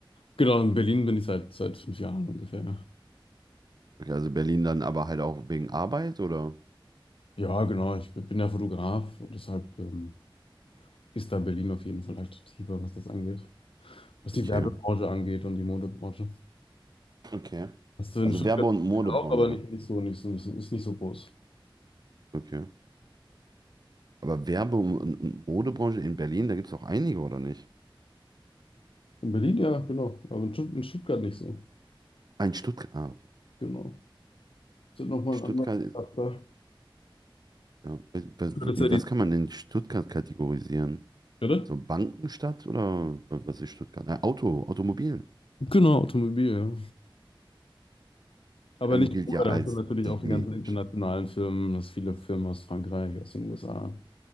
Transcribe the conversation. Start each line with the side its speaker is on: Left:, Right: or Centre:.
Left: Genau, in Berlin bin ich seit, seit fünf Jahren ungefähr.
Right: Okay, also Berlin dann aber halt auch wegen Arbeit oder?
Left: Ja, genau, ich bin ja Fotograf und deshalb ähm, ist da Berlin auf jeden Fall attraktiver, was das angeht. Was die
Right: Okay.
Left: Werbebranche angeht und die Modebranche.
Right: Okay.
Left: Hast du in
Right: Also
Left: Stuttgart
Right: Werbe- und Modebranche.
Left: auch, aber nicht, nicht so, nicht so, nicht so, ist nicht so groß.
Right: Okay. Aber Werbe- und und Modebranche in Berlin, da gibt es auch einige, oder nicht?
Left: In Berlin, ja, genau. Aber in Stutt- in Stuttgart nicht so.
Right: Ah, in Stuttgart. Ah, okay.
Left: Genau. Das ist nochmal
Right: Stuttgart,
Left: ein anderer
Right: ist-
Left: Charakter.
Right: ja. Was, was-
Left: Das ist
Right: in
Left: ja die
Right: was kann man denn Stuttgart kategorisieren?
Left: Bitte?
Right: So Bankenstadt oder was ist Stuttgart? Na, Auto, Automobil.
Left: Genau, Automobil, ja. Aber
Right: Köln
Left: nicht
Right: gilt
Left: nur,
Right: ja als
Left: da hast du natürlich
Right: die
Left: auch die
Right: Medienstadt.
Left: ganzen internationalen Firmen, das viele Firmen aus Frankreich, aus den USA.